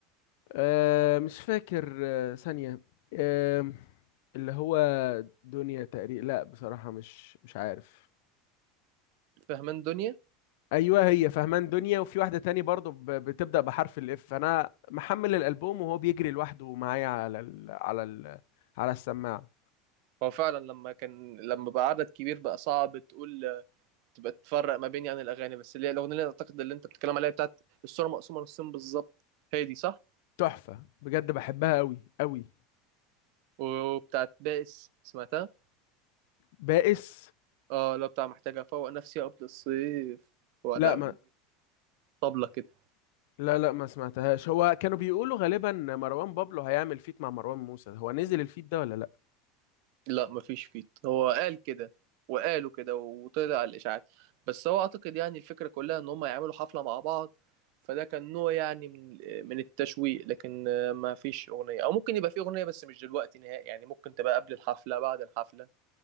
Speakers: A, on the left (about 70°); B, on the right (about 65°).
A: أه مش فاكر أه ثانية أه اللي هو دنيا تقريبا لا بصراحة مش مش عارف
B: فهمان دنيا
A: ايوه هي فهمان دنيا وفي واحدة تاني برضو ب- بتبدأ بحرف الاف انا محمل الالبوم وهو بيجري لوحده معايا على ال على ال على السماعة
B: هو فعلا لما كان لما بقى عدد كبير بقى صعب تقول تبقى تفرق ما بين يعني الاغاني بس اللي هي الاغنيه اللي اعتقد اللي انت بتتكلم عليها بتاعت الصوره مقسومه نصين بالظبط هي دي صح
A: تحفة بجد بحبها قوي قوي
B: وبتاعت بائس سمعتها
A: بائس
B: اه لو بتاع محتاجه افوق نفسي قبل الصيف وانا
A: لا ما
B: طبلة كده
A: لا لا ما سمعتهاش هو كانوا بيقولوا غالبا مروان بابلو هيعمل فيت مع مروان موسى هو نزل الفيت ده ولا لا
B: لا مفيش فيت هو قال كده وقالوا كده وطلع على الاشاعات بس هو اعتقد يعني الفكره كلها ان هم يعملوا حفله مع بعض فده كان نوع يعني من من التشويق لكن آه، ما فيش اغنيه او ممكن يبقى في اغنيه بس مش دلوقتي نهائي يعني ممكن تبقى قبل الحفله بعد الحفله